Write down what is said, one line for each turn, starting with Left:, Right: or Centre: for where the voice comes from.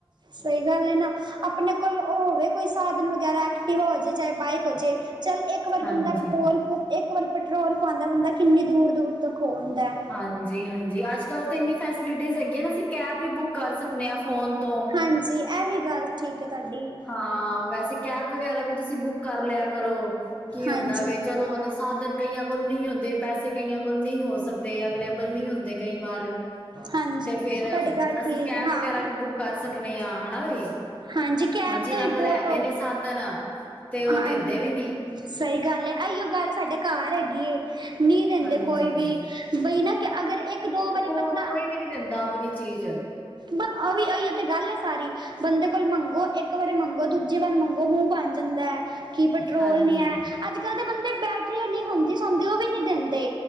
Right: ਸਹੀ ਗੱਲ ਏ ਨਾ ਆਪਣੇ ਕੋਲ ਉਹ ਹੋਵੇ ਕੋਈ ਸਾਧਨ ਵਗੈਰਾ ਐਕਟਿਵ ਹੋ ਜੇ, ਚਾਹੇ ਬਾਈਕ ਹੋ ਜੇ ਚੱਲ ਇੱਕ ਇੱਕ ਵਾਰ
Left: ਹਾਂਜੀ।
Right: ਬੰਦਾ ਪੈਟਰੋਲ, ਇੱਕ ਵਾਰ ਪੈਟਰੋਲ ਪਾਂਦਾ ਬੰਦਾ ਕਿੰਨੀ ਦੂਰ ਦੂਰ ਤੱਕ ਹੋ ਆਂਦਾ।
Left: ਹਾਂਜੀ- ਹਾਂਜੀ ਅੱਜ ਕੱਲ੍ਹ ਤੇ ਇੰਨੀ ਫੈਸ ਫੈਸਲਿਟੀਜਹ ਹੈਗੀਆਂ ਨਾ ਅਸੀਂ ਕੈਬ ਵੀ ਬੁੱਕ ਕਰ ਸਕਦੇ ਆਂ ਫੋਨ ਤੋਂ
Right: ਹਾਂਜੀ, ਇਹ ਵੀ ਗੱਲ ਠੀਕ ਹੈ ਤੁਹਾਡੀ
Left: ਹਾਂ, ਵੈਸੇ ਕੈਬ ਵਗੈਰਾ ਵੀ ਤੁਸੀਂ ਬੁੱਕ ਕਰ ਲਿਆ ਕਰੋ। ਕੀ
Right: ਹਾਂਜੀ
Left: ਹੁੰਦਾ ਵੇ ਚਲੋ ਹੁਣ ਅਸ ਸਾਧਨ ਕਈਆਂ ਕੋਲ ਨਹੀਂ ਹੁੰਦੇ। ਪੈਸੇ ਕਈਆਂ ਕੋਲ ਨਹੀਂ ਹੋ ਸਕਦੇ ਅਵੇਲੇਬਲ ਨਹੀਂ ਹੁੰਦੇ ਕਈ ਵਾਰ
Right: ਹਾਂਜੀ
Left: ਤੇ ਫੇਰ
Right: ਤੁਹਾਡੀ ਗੱਲ
Left: ਅਸੀਂ
Right: ਠੀਕ
Left: ਕੈਬ
Right: ਹੈ ਹਾਂ
Left: ਵਗੈਰਾ ਵੀ ਬੁੱਕ ਕਰ ਸਕਨੇ ਆ। ਹਨਾ ਬਈ।
Right: ਹਾਂਜੀ ਕੈਬ
Left: ਹੁਣ ਜਿਨਾਂ
Right: ਦਾ ਵੀ
Left: ਕੋਲ
Right: ਬਹੁਤ
Left: ਹੈਗੇ
Right: ਹਾਂ
Left: ਨੇ ਸਾਧਨ ਤੇ ਉਹ ਦਿੰਦੇ
Right: ਹਾਂ
Left: ਵੀ ਨੀ
Right: ਸਹੀ ਗੱਲ ਏ। ਆਈਓ ਗੱਲ ਸਾਡੇ ਘਰ ਹੈਗੀ। ਨਹੀਂ ਦਿੰਦੇ
Left: ਹਾਂਜੀ
Right: ਕੋਈ ਵੀ। ਬਈ ਨਾ ਕੇ ਅਗਰ ਇੱਕ ਦੋ ਵਾਰੀ ਬੰਦਾ
Left: ਹੁਣ ਕੋਈ ਵੀ ਨੀ ਦਿੰਦਾ ਆਪਣੀ ਚੀਜ਼
Right: ਪਰ ਅਵਂਵੀ ਇਹੇ ਤਾਂ ਗੱਲ ਹੈ ਸਾਰੀ। ਬੰਦੇ ਕੋਲ ਮੰਗੋ। ਇੱਕ ਵਾਰੀ ਮੰਗੋ, ਦੂਜੀ ਵਾਰ ਮੰਗੋ, ਮੂੰਹ ਬਣ ਜਾਂਦਾ ਹੈ। ਕਿ ਪੈਟਰੋਲ
Left: ਹਾਂਜੀ
Right: ਨੀ ਹੈ ਅੱਜ, ਕੱਲ ਦੇ ਬੰਦੇ ਬੈਟਰੀ ਆਲੀ ਹੁੰਦੀ ਸੌਦੀ ਉਹ ਵੀ ਨੀ ਦਿੰਦੇ